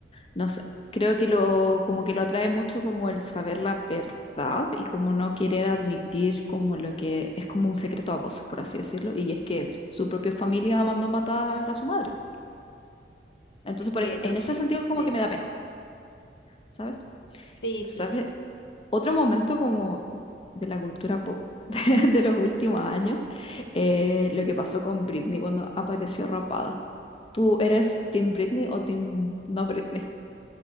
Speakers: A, on the left (about 30°); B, on the left (about 65°).
A: no sé, creo que lo como que lo atrae mucho como el saber la verdad y como no querer admitir como lo que es como un secreto a voces, por así decirlo, y es que su propia familia mandó matar a su madre. Entonces, por
B: Que
A: ese-
B: to-
A: en ese sentido
B: sí,
A: como que me da pena, ¿sabes?
B: sí, sí,
A: ¿Sabes?
B: sí.
A: Otro momento como de la cultura pop <laughs> de los últimos años, eh, lo que pasó con Britney cuando apareció rapada. ¿Tú eres Team Britney o Team no Britney?